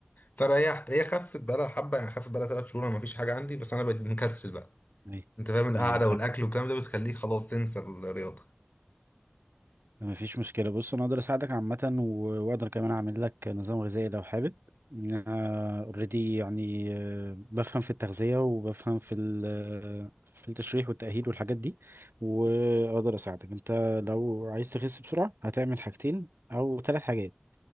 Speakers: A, on the left; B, on the right.
A: فريحت هي خفت بقالها حبه يعني خفت بقالها ثلاث شهور ما فيش حاجه عندي بس انا بقيت مكسل بقى
B: أيوه
A: انت فاهم
B: أيوه
A: القعده
B: فاهم
A: والاكل والكلام ده بتخليك خلاص تنسى الرياضه
B: مفيش مشكلة بص أنا أقدر أساعدك عامة و- وأقدر كمان أعمل لك نظام غذائي لو حابب أنا أوريدي يعني آه، بفهم في التغذية وبفهم في ال- في التشريح والتأهيل والحاجات دي وأقدر أساعدك أنت لو عايز تخس بسرعة هتعمل حاجتين أو ثلاث حاجات